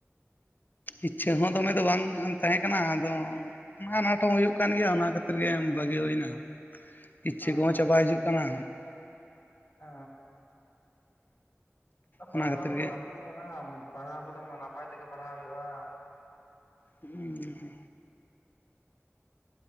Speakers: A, on the left; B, on the left.
A: ᱤᱪᱪᱷᱟᱹ ᱦᱚᱸ ᱫᱚᱢᱮ ᱫᱚ ᱵᱟᱝ ᱛᱟᱦᱮᱸᱠᱟᱱᱟ ᱟᱫᱚ ᱢᱟ ᱟᱱᱟᱴ ᱦᱚᱸ ᱦᱩᱭᱩᱜ ᱠᱟᱱ ᱜᱮᱭᱟ ᱚᱱᱟ ᱠᱷᱟᱹᱛᱤᱨ ᱜᱮ ᱵᱟᱹᱜᱤ ᱦᱩᱭᱱᱟ ᱤᱪᱪᱷᱟᱹ
B: ᱦᱮᱸ
A: ᱠᱚᱦᱚᱸ ᱪᱟᱵᱟ ᱦᱤᱡᱩᱜ ᱠᱟᱱᱟ
B: ᱚᱻᱻ ᱯᱟᱲᱦᱟᱣ
A: ᱚᱱᱟ ᱠᱷᱟᱹᱛᱤᱨ
B: ᱠᱚᱫᱚ
A: ᱜᱮ
B: ᱞᱟᱹᱠᱛᱤ ᱠᱟᱱᱟ ᱯᱟᱲᱦᱟᱣ ᱠᱚᱫᱚ ᱢᱟ ᱱᱟᱯᱟᱭ ᱛᱮᱜᱮ ᱯᱟᱲᱦᱟᱣ ᱦᱩᱭᱩᱜᱼᱟ᱾
A: ᱦᱩᱸ ᱩᱦᱩ